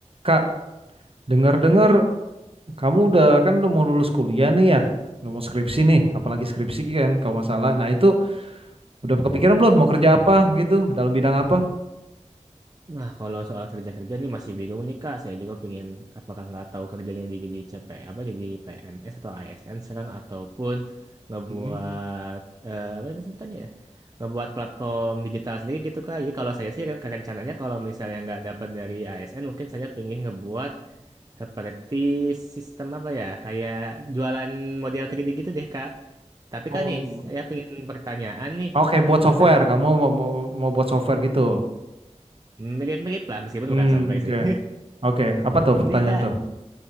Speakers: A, on the right; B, on the right.
A: Kak, dengar-dengar kamu udah kan udah mau lulus kuliah nih ya, udah mau skripsi nih, apalagi skripsi kan kalau nggak salah. Nah itu udah kepikiran belum mau kerja apa gitu, dalam bidang apa?
B: Nah, kalau soal kerja-kerja nih masih bingung nih Kak. Saya juga pengen apakah nggak tahu kerjanya di jadi CP apa jadi PNS atau ASN sekarang ataupun ngebuat
A: Hmm.
B: eh, apa namanya sebutannya ya? Ngebuat platform digital sendiri gitu Kak. Jadi kalau saya sih re- rencananya kalau misalnya nggak dapat dari ASN mungkin saya pengen ngebuat seperti sistem apa ya? Kayak jualan model 3D gitu deh Kak. Tapi
A: Oh.
B: Kak nih, saya pengen pertanyaan nih
A: Oke, buat
B: buat
A: software.
B: Kakak.
A: Kamu mau, mau, mau buat software gitu.
B: Mirip-mirip lah meskipun
A: Hmm,
B: bukan software
A: oke.
B: sih.
A: Oke, apa
B: <laughs>
A: tuh pertanyaan
B: Ini Kak,
A: tuh?